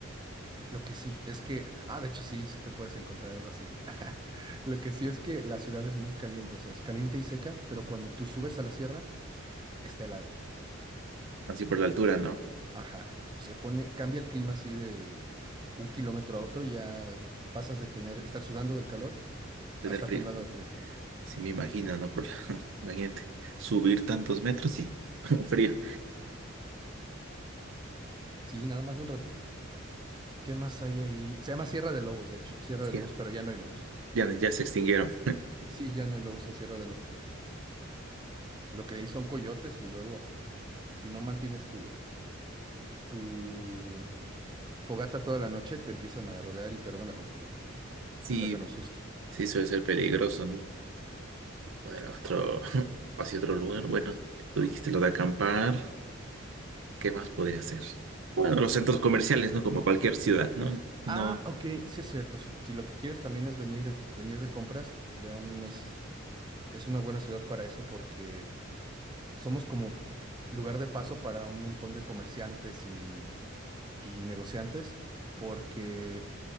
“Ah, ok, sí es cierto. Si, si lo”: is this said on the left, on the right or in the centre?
Right